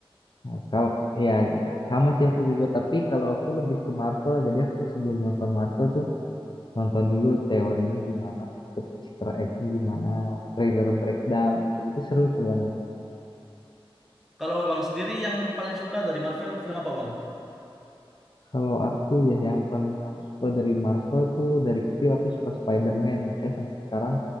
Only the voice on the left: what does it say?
Nah, kalau ya sama sih aku juga, tapi kalau aku lebih ke Marvel, jadi aku sebelum nonton Marvel tuh nonton dulu teorinya gimana, terus Easter egg-nya gimana, trailer breakdown gitu-gitu seru tuh kan
Kalau aku ya yang paling aku suka dari Marvel tuh dari kecil aku suka Spider-Man. Saya sampai sekarang